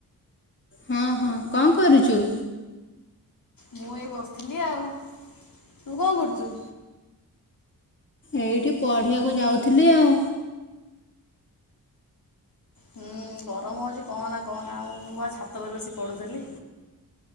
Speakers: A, on the left; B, on the left.
A: ହଁ ହଁ କଣ କରୁଛୁ?
B: ମୁଁ ଏଇ ବସିଥିଲି ଆଉ ତୁ କଣ କରୁଛୁ?
A: ଏଇଠି ପଢିବାକୁ ଯାଉଥିଲି ଆଉ
B: ହୁଁ ଗରମ ହଉଛି କହନା କହନା ଆ ଆଉ ମୁଁ ପା ଛାତ ଉପରେ ବସି ପଢୁଥିଲି।